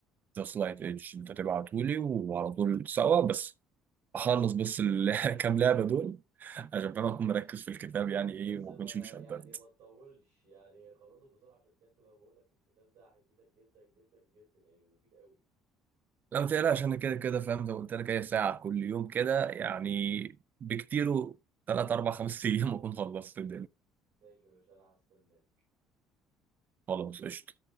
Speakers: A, on the right (about 30°); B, on the right (about 45°).
A: ده سلايد ايدج انت تبعتهولي وعلى طول سوا بس اخلص بس ال- <laughs> كام لعبه دول عشان فاهم اكون
B: ماشي
A: مركز في الكتاب يعني ايه
B: بس
A: وما
B: ما
A: اكونش مشتت
B: يعني ما تطولش يعني خلصه بسرعة عشان بجد ما بقول لك الكتاب ده هيفيدك جدا جدا جدا يعني مفيد قوي
A: لا ما تقلقش انا كده كده فاهم زي ما قلت لك هي ساعه كل يوم كده يعني بكتيره ثلاث اربع خمس ايام <laughs> اكون خلصت الدنيا
B: ماشي يا باشا انا هستناك
A: خلاص قشطه